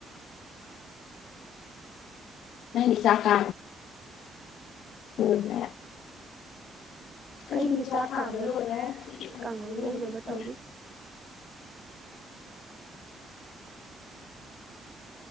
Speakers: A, on the left; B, on the right.
A: ꯆꯀꯥꯅꯦ ꯆꯀ ꯀꯩꯅ ꯄꯨꯁꯥ
B: ꯑꯩꯒꯤ ꯆꯥꯛ
A: ꯐꯥꯗꯔ
B: ꯀꯥꯝꯕ ꯂꯣꯏꯔꯦ
A: ꯑꯣꯏꯔ
B: ꯀꯥꯡꯍꯧ ꯉꯧꯅꯕ ꯇꯧꯔꯤ <inaudible>